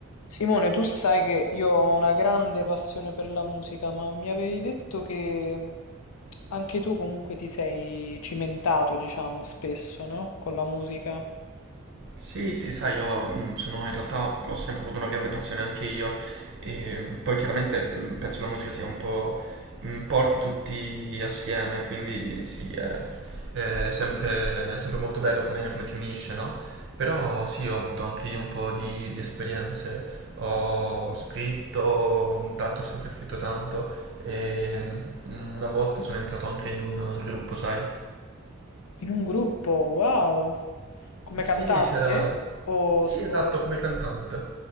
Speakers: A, on the left; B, on the right.
A: Simone, tu sai che io ho una grande passione per la musica, ma mi avevi detto che mm, anche tu comunque ti sei cimentato, diciamo, spesso, no? Con la musica.
B: Sì, sì, sai, io mh, sono in realtà ho sempre avuto una grande passione anche io e mh, poi chiaramente mh, penso la musica sia un po' mh, porti tutti assieme, quindi sì, è, è sempre, è sempre molto bello come, come ti unisce, no? Però sì, ho avuto anche io un po' di, di esperienze, ho scritto, tanto ho sempre scritto tanto e mh, una volta sono entrato anche in un uh, gruppo, sai?
A: In un gruppo, wow! Come
B: Sì,
A: cantante?
B: c'era...
A: O,
B: Sì, esatto,
A: o...
B: come cantante.